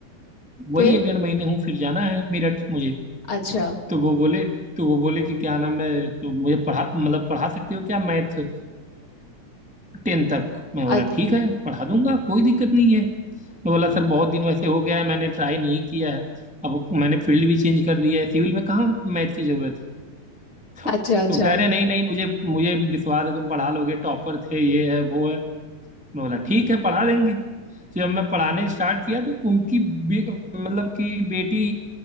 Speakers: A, in the centre; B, on the left (about 45°).
A: वही
B: फिर
A: एक डेढ़ महीने हूँ फिर जाना है मेरठ मुझे
B: अच्छा
A: तो वो बोले तो वो बोले कि क्या नाम है तो मुझे पढ़ा मतलब पढ़ा सकते हो क्या मैथ टेन तक मैं बोला
B: अच्छा
A: ठीक है पढ़ा दूंगा कोई दिक्कत नहीं है मैं बोला सर बहुत दिन वैसे हो गया है मैंने ट्राई नहीं किया है अब मैंने फील्ड भी चेंज कर दिया है सिविल में कहाँ मैथ की जरूरत है <laughs> तो
B: अच्छा अच्छा
A: तो कह रहे नहीं नहीं मुझे मुझे विश्वास है तुम पढ़ा लोगे टॉपर थे ये है वो है मैं बोला ठीक है पढ़ा देंगे तो जब मैं पढ़ाने स्टार्ट किया तो उनकी बे- मतलब कि बेटी